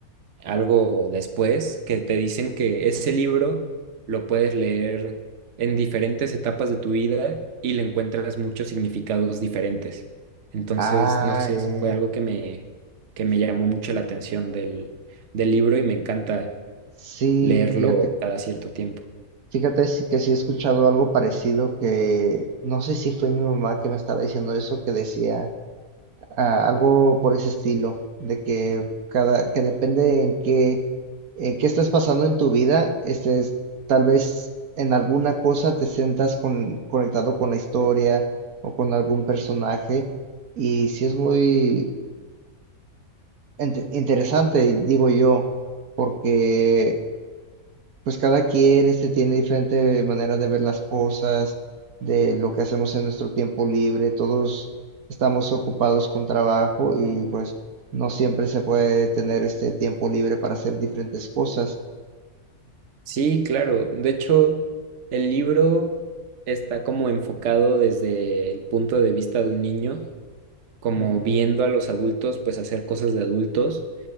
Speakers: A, on the right; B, on the right.
A: algo después que te dicen que ese libro lo puedes leer en diferentes etapas de tu vida y le encuentras muchos significados diferentes. Entonces,
B: Ah,
A: no sé,
B: ya,
A: eso
B: ya,
A: fue
B: ya.
A: algo que me, que me llamó mucho la atención del, del libro y me encanta
B: Sí,
A: leerlo
B: fíjate,
A: cada cierto tiempo.
B: fíjate si- que sí he escuchado algo parecido que no sé si fue mi mamá que me estaba diciendo eso, que decía Ah, algo por ese estilo, de que cada, que depende en qué, eh, qué estés pasando en tu vida, estés, tal vez en alguna cosa te sientas con- conectado con la historia o con algún personaje, y sí es muy int- interesante, digo yo, porque pues cada quien este, tiene diferente manera de ver las cosas, de lo que hacemos en nuestro tiempo libre, todos estamos ocupados con trabajo y pues no siempre se puede tener este tiempo libre para hacer diferentes cosas.
A: Sí, claro. De hecho, el libro está como enfocado desde el punto de vista de un niño como
B: Mm,
A: viendo a los adultos pues hacer cosas de adultos